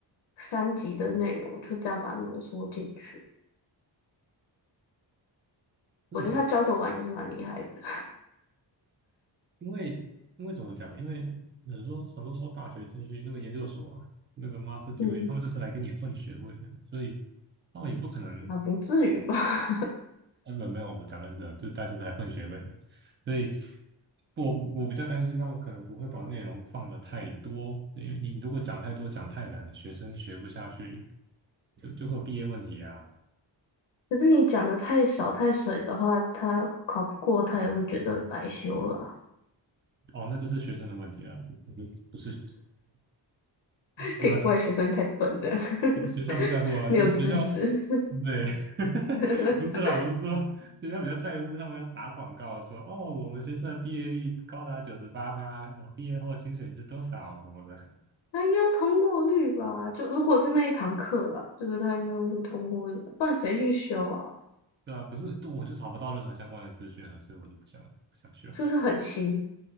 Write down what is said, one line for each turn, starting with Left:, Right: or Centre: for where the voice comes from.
Left: 三级的内容就这样把它浓缩进去。
Right: 是
Left: 我觉得他教的完也是蛮厉害的，
Right: 因为因为怎么讲？因为很多很多时候大学进去那个研究所啊那个 master degree，
Left: 嗯，
Right: 他们就是来给你混学位的，所以他们也不可能
Left: 啊，不至于吧？<laughs>
Right: 根本没有，我讲认真的，这大家都来混学位的，所以我我比较担心他们可能不会把内容放的太多，因为你如果讲太多讲太难，学生学不下去，就就会有毕业问题啊。
Left: 可是你讲的太少太水的话，他考不过，他也会觉得白修了啊。
Right: 哦，那就是学生的问题了，不是，
Left: 可以怪学生太笨的，
Right: 对吧？
Left: <laughs>
Right: 学校不在乎啊，
Left: 没有资质。
Right: 就是学校，对，<laughs>
Left: <laughs>
Right: 不是啦，我是说学校比较在乎他们要打广告说，哦，我们学生的毕业率高达九十八趴，然后毕业后薪水是多少什么的。
Left: 他应该要通过率吧？就如果是那一堂课啦，就是他应该都是通过率，不然谁去修啊？
Right: 对啊，可是都我就找不到任何相关的资讯啊，所以我就不想不想修。
Left: 是不是很新？